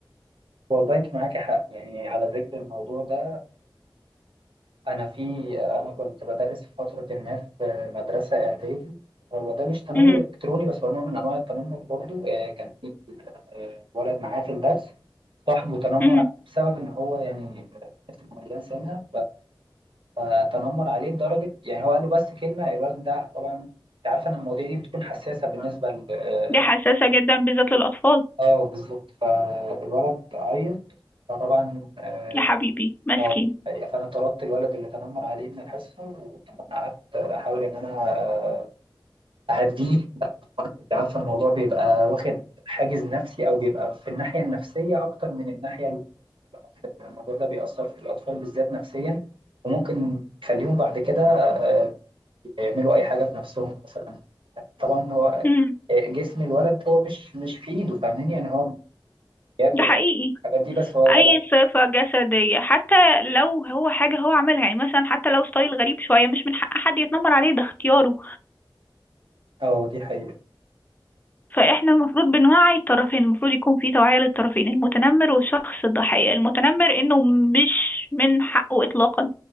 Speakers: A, on the right; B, on the left.
A: والله أنت معاكي حق يعني على ذكر الموضوع ده أنا في أنا كنت بدرس في فترة ما في مدرسة إعدادي هو ده مش تنمر
B: مم،
A: إلكتروني بس هو نوع من أنواع التنمر برضو آه، كان في آه، ولد معاه في الدرس صاحبه تنمر
B: مم.
A: بسبب إن هو يعني آه، مليان سنة فتنمر عليه لدرجه يعني هو قال له بس كلمه الولد ده طبعا انت عارفه ان المواضيع دي بتكون حساسه بالنسبه ل اه
B: دي حساسة جدا بالذات للاطفال
A: آه، بالظبط فالولد عيط فطبعا اه
B: يا حبيبي مسكين
A: آه، فانا طردت الولد اللي تنمر عليه من الحصه وطبعا قعدت احاول ان انا آه، اهديه انت عارفه الموضوع بيبقى واخد حاجز نفسي او بيبقى في الناحيه النفسيه اكتر من الناحيه ال- الموضوع ده بيأثر في الأطفال بالذات نفسيا وممكن يخليهم بعد كده آه، يعملوا اي حاجه بنفسهم مثلا طبعا هو
B: مم،
A: آه، جسم الولد هو مش مش في ايده فاهمين يعني هو بياكل
B: ده حقيقي
A: الحاجات دي بس هو
B: اي
A: طبعا
B: صفة جسدية حتى لو هو حاجة هو عملها يعني مثلا حتى لو ستايل غريب شوية مش من حق حد يتنمر عليه ده اختياره
A: اه دي حقيقه
B: فاحنا المفروض بنوعي الطرفين المفروض يكون في توعية للطرفين المتنمر والشخص الضحية المتنمر انه مش من حقه اطلاقا